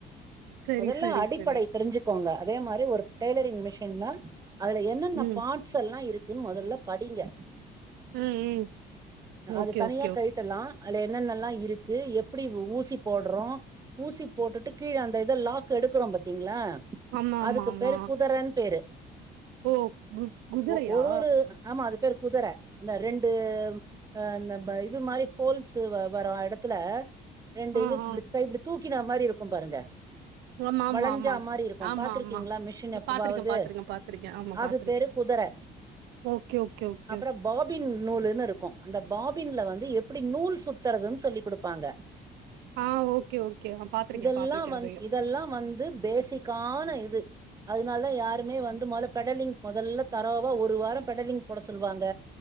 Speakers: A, on the right; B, on the right.
A: சரி,
B: மொதல்ல
A: சரி,
B: அடிப்படை
A: சரி.
B: தெரிஞ்சுக் கோங்க அதே மாரி ஒரு டெய்லரிங் மிஷின்னா அதுல என்னென்ன
A: ம்,
B: பாட் ட்ஸ் எல்லா இருக்குன்னு மொதல்ல படிங்க
A: ம் ம் ஓகே
B: அது
A: ஓக்
B: தனியா கழுட்டலா அதுல என்னென்னல்லா இருக்கு எப்டி ஊசி போடுறோ ஊசி போட்டுட்டு கீழ அந்த இத லாக் எடுக்கறோ பாத்தீங்ளா
A: ஆமா,
B: அதுக்கு
A: ஆமா, ஆமா.
B: பேரு குதரன்னு பேரு
A: ஓ குத் குதுரையா
B: ஒ ஒரு ஒரு ஆமா அது பேர் குதர அந்த ரெண்டு அ இந்த வ இது மாரி ஹோல்ஸ் வ வர இடத்துல ரெண்டு
A: ஆ,
B: இது இப்டி
A: ஆ.
B: கைப்பிடி தூக் க்கின மாரி இருக்கும் பாருங்க
A: ஆமா, ஆமா,
B: வளைஞ்சா
A: ஆமா.
B: மாரி இருக்கும்
A: ஆமா,
B: பாத்திருக்கீங்களா
A: ஆமா.
B: மிஷின் எப்பவாது
A: பார்த்துருக்கேன், பார்த்துருக்கேன், பார்த்துருக்கேன். ஆமா,
B: அது
A: பார்த்துருக்கேன்.
B: பேரு குதர
A: ஓகே ஓகே ஓகே
B: அப்பறோ பாபின் நூல்ன்னு இருக்கும் அந்த பாப் பின்ல வந்து எப்டி நூல் சுத்துறதுன்னு சொல்லி் குடுத்தாங்க
A: ஆ, ஓகே, ஓகே. ஆ பார்த்துருக்கேன்,
B: இதெல்லாம்
A: பார்த்துருக்கேன்
B: வந்
A: அதையும்.
B: இதெல்லாம் வந்து பேசிக் காண இது அதனால தான் யாருமே வந்து மொதல பெடலிங் மொதல்ல தரவா ஒரு வாரோ பெடலிங் போட சொல்லுவாங்க